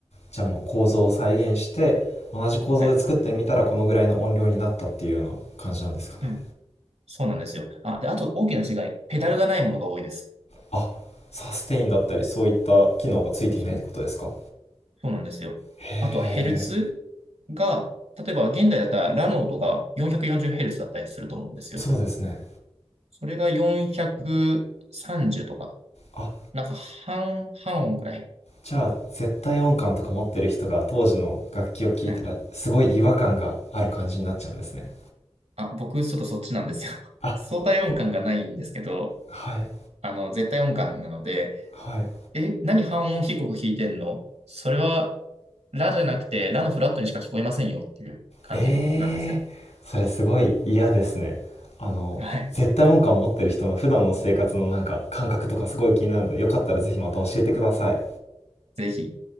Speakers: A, on the left; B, on the right.
A: じゃあもう構造を再現して同じ構造で作ってみたらこのぐらいの音量になったっていうような感じなんですかね
B: はい。うん。そうなんですよ。あ、で、あと大きな違い。ペダルがないものが多いです。
A: あサステインだったりそういった機能がついていないってことですか
B: そうそうなんですよ。
A: へえ
B: あとはヘルツが、例えば現代だったらラノートが4 4 0ルツだったりすると思うんですよ。
A: そうですね
B: それが430とか、
A: あ
B: なんか半、半音くらい。
A: じゃあ絶対音感とか持ってる人が当時の楽器を聴いたらすごい違和感がある感じになっちゃうんですね
B: はい。あ、僕ちょっとそっちなんですよ。<laughs>
A: あ
B: 相対音感がないんですけど、
A: はい
B: あの、絶対音感なので、
A: はい
B: え、何半音低く弾いてんのそれは、ラじゃなくて、ラのフラットにしか聞こえませんよっていう感じなんですよ。
A: えー、それすごい嫌ですねあの絶対音感持ってる人の普段の生活のなんか感覚とかすごい気になるのでよかったらぜひまた教えてください
B: はい。ぜひ。